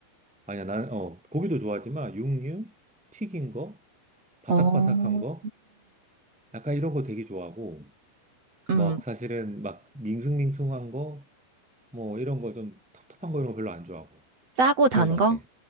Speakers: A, in the centre; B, on the right (about 30°).
A: 아니야, 난, 어, 고기도 좋아하지만, 육류? 튀긴 거? 바삭바삭한
B: 어,
A: 거? 약간 이런 거 되게 좋아하고,
B: 음,
A: 막, 사실은 막, 밍숭밍숭한 거? 뭐, 이런 거 좀 텁텁한 거 이런 거 별로 안 좋아하고.
B: 짜고 단
A: 그런 거 같아.
B: 거?